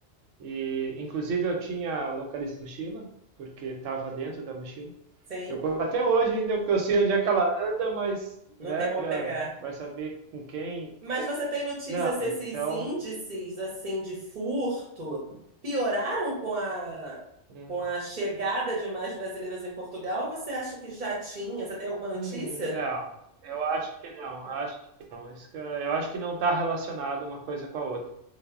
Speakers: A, on the right; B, on the right.
A: e inclusive eu tinha localizado a mochila porque estava dentro da mochila.
B: Sim,
A: Eu até hoje ainda eu sei onde é que ela anda, mas
B: não
A: né,
B: tem como
A: era-
B: pegar.
A: vai saber com quem.
B: Mas
A: como.
B: você tem notícia se
A: Então
B: esses índices assim de furto pioraram com a
A: Hum,
B: com a chegada de mais brasileiros em Portugal? Ou você acha que já tinha? Você tem alguma notícia?
A: hum, não, eu acho que não, acho que não. Isso que eu, eu acho que não está relacionado uma coisa com a outra,